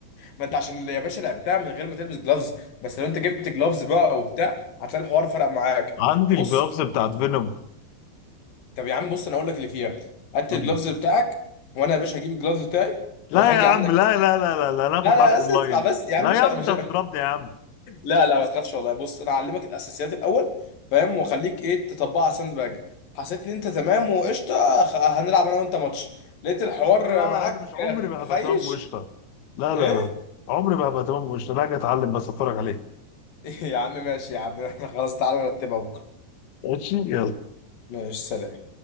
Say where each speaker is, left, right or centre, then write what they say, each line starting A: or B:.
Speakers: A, on the left; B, on the left.
A: ما انت عشان يا باشا لعبتها من غير ما تلبس جلافز بس لو انت جبت جلافز بقى وبتاع هتلاقي الحوار فرق معاك
B: عندي
A: بص
B: الجلوفز بتاعت فينوم
A: طب يا عم بص انا اقول لك اللي فيها هات
B: قول
A: الجلافز
B: لي
A: بتاعك وانا يا باشا هجيب الجلافز بتاعي
B: لا
A: وهاجي
B: يا عم
A: عندك
B: لا لا لا لا لا انا هاخد
A: لا لا
B: معاك
A: بس
B: اونلاين
A: اسمع بس يا
B: لا
A: عم مش
B: يا عم
A: مش
B: انت هتضربني يا عم
A: لا لا ما تخافش والله بص انا هعلمك الاساسيات الاول فاهم واخليك ايه تطبقها على الساند باج حسيت ان انت تمام وقشطه خ- هنلعب انا وانت ماتش لقيت الحوار
B: احنا لا
A: معاك
B: انا مش عمري ما
A: خيش
B: هبقى تمام وقشطه لا
A: ايه
B: لا لا عمري ما هبقى تمام وقشطه لا اجي اتعلم بس اتفرج عليه
A: <laughs> يا عم ماشي يا عم <laughs> خلاص تعالى نرتبها بكره
B: ماشي يلا
A: ماشي سلام